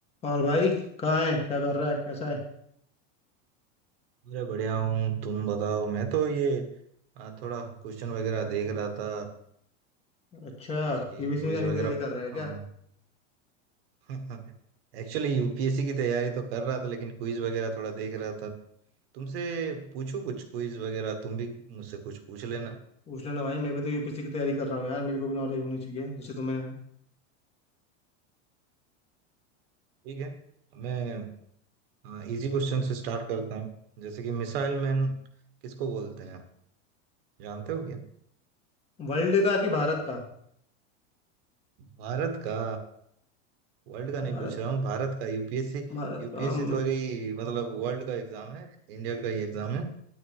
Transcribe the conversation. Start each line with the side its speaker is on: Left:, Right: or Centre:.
Left: और भाई कहाँ है क्या कर रहा है कैसा है
Right: अरे बढ़िया हूँ तुम बताओ मैं तो ये आ, थोड़ा क्वेश्चन वगैरह देख रहा था
Left: अच्छा
Right: जैसे कि
Left: केबीसी
Right: क्विज
Left: में जाने
Right: वगैरह
Left: की तैयारी कर रहा है क्या
Right: हाँ <laughs> एक्चुअली यूपीएससी की तैयारी तो कर रहा था लेकिन क्विज वगैरह थोड़ा देख रहा था तुमसे पूछूं कुछ क्विज वगैरह तुम भी मुझसे कुछ पूछ लेना
Left: पूछ लेना भाई मैं भी तो यूपीसी की तैयारी कर रहा हूँ यार मेरे को भी नॉलेज होनी चाहिए जैसे तुम्हें है।
Right: ठीक है मैं इजी क्वेश्चन से स्टार्ट करता हूँ जैसे कि मिसाइल मैन किसको बोलते हैं जानते हो क्या
Left: वर्ल्ड का कि भारत का
Right: भारत का वर्ल्ड का नहीं
Left: भारत
Right: पूछ रहा हूँ भारत का यूपीएससी
Left: भारत
Right: यूपीएससी
Left: का म,
Right: थोड़ी मतलब वर्ल्ड का एग्जाम है इंडिया का ही एग्जाम है